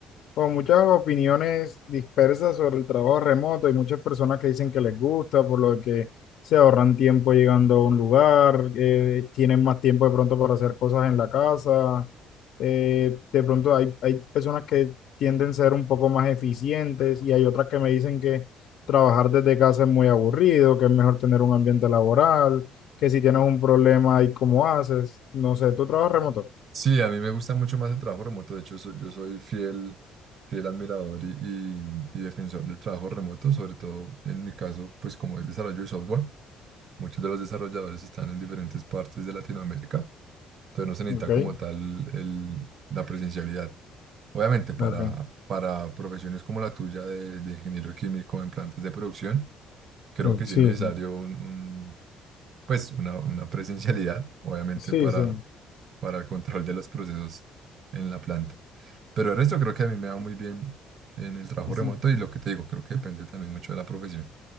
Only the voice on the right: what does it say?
Sí, a mí me gusta mucho más el trabajo remoto. De hecho, soy- yo soy fiel, fiel admirador y, y- y defensor del trabajo remoto, sobre todo en mi caso, pues como es desarrollo de software, muchos de los desarrolladores están en diferentes partes de Latinoamérica, entonces no se necesita
como tal el- la presencialidad. Obviamente, para,
para profesiones como la tuya de, de ingeniero químico en plantas de producción, creo
que
sí es necesario
un, un, pues una, una presencialidad, obviamente,
para,
para el control de los procesos en la planta. Pero el resto creo que a mí me va muy bien en el trabajo
remoto y lo que te digo, creo que depende también mucho de la profesión.